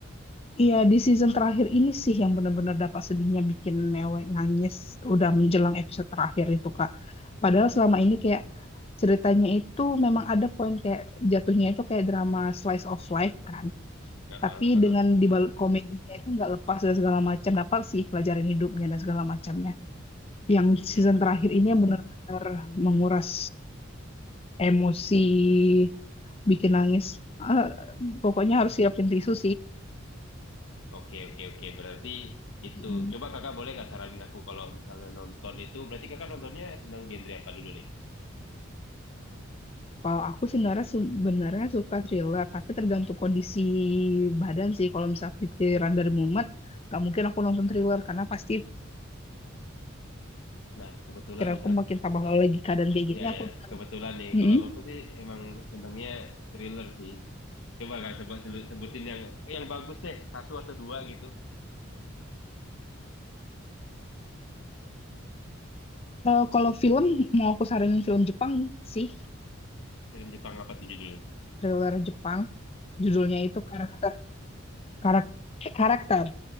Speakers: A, on the left; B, on the left.
A: Iya, di season terakhir ini sih yang benar-benar dapat sedihnya bikin mewek nangis udah menjelang episode terakhir itu, Kak. Padahal selama ini kayak ceritanya itu memang ada poin kayak jatuhnya itu kayak drama slice of life kan.
B: Heeh,
A: Tapi
B: heeh.
A: dengan dibalut komedinya itu nggak lepas dan segala macam dapat sih pelajaran hidupnya dan segala macamnya. Yang
B: Mhm.
A: season terakhir ini yang benar-benar menguras emosi, bikin nangis. Eh, pokoknya harus siapin tisu
B: Oke, oke, oke. Berarti itu.
A: sih.
B: Coba kakak boleh nggak saranin aku kalau misalnya nonton itu, berarti kakak nontonnya senang genre apa dulu deh?
A: Kalau aku sih sebenarnya sebenarnya suka thriller, tapi tergantung kondisi badan sih. Kalau misal pikiran dari mumet, nggak mungkin aku nonton thriller karena pasti
B: Nah, kebetulan
A: pikiranku
B: nih kak,
A: makin tambah kalau lagi keadaan kayak gini.
B: Iya
A: Aku,
B: ya, kebetulan nih.
A: Mm-mm.
B: Kalau aku sih emang senengnya thriller sih. Coba kak, coba selu- sebutin yang eh, yang bagus deh, satu atau dua gitu.
A: Eh, kalau film mau aku saranin film Jepang sih,
B: Film Jepang apa tuh judulnya?
A: thriller Jepang. Judulnya itu karakter karak, karakter.